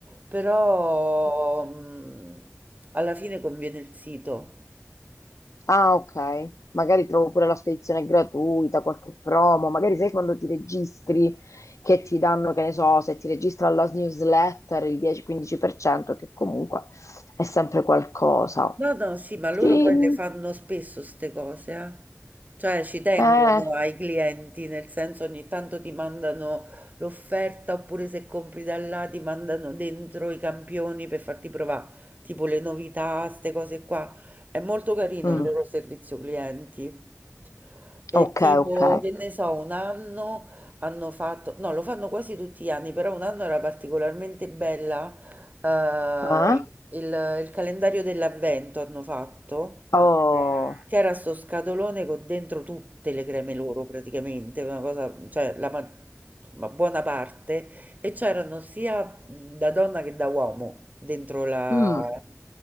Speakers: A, on the right; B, on the left.
A: Però mm, alla fine conviene il sito.
B: Ah, ok. Magari trovo pure la spedizione gratuita, qualche promo. Magari sai quando ti registri che ti danno, che ne so, se ti registri alla newsletter il 10-15%, che comunque è sempre qualcosa.
A: No, no, sì, ma
B: Sì,
A: loro poi le fanno spesso queste cose, eh. Cioè ci tengono
B: eh,
A: ai clienti, nel senso ogni tanto ti mandano l'offerta oppure se compri da là ti mandano dentro i campioni per farti provare, tipo le novità, queste cose qua. È molto carino
B: mm,
A: il loro servizio clienti. E
B: ok,
A: tipo,
B: ok.
A: che ne so, un anno hanno fatto, no, lo fanno quasi tutti gli anni, però un anno era particolarmente bella eh,
B: Eh?
A: il, il calendario dell'avvento hanno fatto
B: Oh,
A: c'era sto scatolone con dentro tutte le creme loro praticamente, una cosa, cioè la ma insomma, buona parte, e c'erano sia mh, da donna che da uomo dentro la-
B: mm,